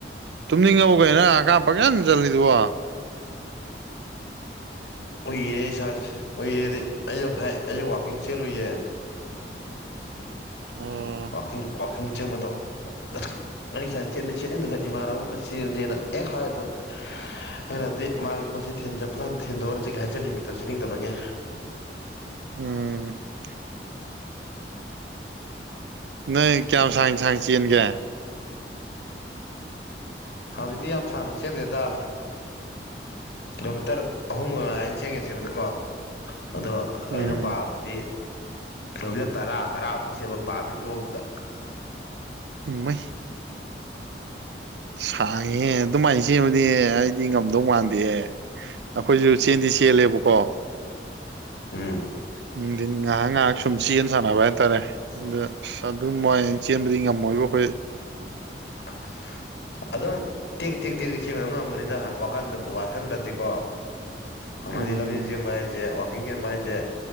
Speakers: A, on the right (about 75°); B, on the left (about 80°).
A: ꯇꯨꯝꯅꯤꯡꯉꯕꯣ ꯑꯀꯥꯞ ꯄꯪꯆꯟ ꯆꯟꯂꯤꯗꯨꯕꯣ
B: ꯎꯏꯔꯦ ꯏꯁꯥꯁꯦ ꯎꯏꯔꯦꯗꯤ ꯑꯩ ꯉꯁꯥꯏ ꯑꯌꯨꯡ ꯋꯥꯛꯀꯤꯡ ꯆꯦꯜꯂꯨꯏꯌꯦ
A: ꯑꯣ
B: ꯋꯥꯀꯤꯡ ꯋꯥꯀꯤꯡ ꯆꯦꯟꯕꯗꯣ ꯃꯗꯨꯒꯤ ꯑꯩ ꯉꯁꯥꯏ ꯆꯦꯟꯗꯤ ꯆꯦꯟꯅꯤꯡꯗꯕꯥ ꯏꯃꯥꯟꯅꯕ ꯑꯃꯅ ꯆꯦꯟꯁꯦꯅ ꯑꯦ ꯍꯥꯏꯗ ꯑꯩꯅꯗꯤ ꯃꯥꯒꯤ ꯄꯣꯠꯁꯤ ꯊꯤꯟ ꯆꯠꯄꯗꯣ ꯊꯤꯟꯗꯣꯛꯎꯔꯁꯤꯒ ꯍꯥꯏꯖꯤꯜꯂꯤ ꯃꯤꯗꯣ ꯆꯦꯟꯅꯤꯡꯗꯕꯒꯤ
A: ꯎꯝ ꯅꯣꯏ ꯀꯌꯥꯝ ꯁꯥꯡ ꯁꯥꯡ ꯆꯦꯟꯒꯦ
B: ꯍꯧꯖꯤꯛꯇꯤ ꯌꯥꯝ ꯁꯥꯡꯅ ꯆꯦꯟꯗꯦꯗ ꯀꯤꯂꯣꯃꯤꯇꯔ ꯑꯍꯨꯝꯒꯥꯏ ꯆꯦꯡꯒꯦ ꯆꯦꯟꯕꯗꯀꯣ ꯑꯗꯣ
A: ꯎꯝ
B: ꯑꯩꯅ ꯄꯥꯝꯕꯗꯤ ꯀꯤꯂꯣꯃꯤꯇꯔ ꯇꯔꯥ ꯇꯔꯥꯃꯨꯛꯀ ꯆꯦꯟꯕ ꯄꯥꯝꯃꯤ ꯅꯣꯡꯃꯗ
A: ꯃꯩ ꯁꯥꯡꯉꯦ ꯑꯗꯨꯃꯥꯏꯅ ꯆꯦꯟꯕꯗꯤ ꯑꯩꯗꯤ ꯉꯝꯗꯧ ꯃꯥꯟꯗꯦꯍꯦ ꯑꯩꯈꯣꯏꯁꯨ ꯆꯦꯟꯗꯤ ꯆꯦꯟꯂꯦꯕꯀꯣ
B: ꯎꯝ
A: ꯅꯨꯡꯗꯤꯟ ꯉꯥꯏꯍꯥꯛ ꯉꯥꯏꯍꯥꯛ ꯁꯨꯝ ꯆꯦꯟ ꯁꯥꯟꯅꯕ ꯍꯥꯏꯇꯥꯔꯦ ꯑꯗ ꯑꯗꯨ ꯃꯥꯏ ꯆꯦꯟꯕꯗꯤ ꯉꯝꯃꯣꯏꯕ ꯑꯩꯈꯣꯏ
B: ꯑ <unintelligible> ꯑꯗꯨꯝ ꯇꯦꯛ ꯇꯦꯛ ꯇꯦꯛ ꯇꯦꯛ ꯁꯦꯝꯕ ꯑꯗꯨꯝ ꯉꯝꯕꯅꯤꯗ ꯋꯥꯈꯟꯗꯕꯨ ꯋꯥꯁꯟꯗ꯭ꯔꯗꯤꯀꯣ ꯑꯉꯥꯡꯗꯤ
A: ꯎꯝ
B: ꯂꯝꯖꯦꯟ ꯆꯦꯟꯕ ꯍꯥꯏꯁꯦ ꯋꯥꯛꯀꯤꯡ ꯆꯦꯟꯕ ꯍꯥꯏꯁꯦ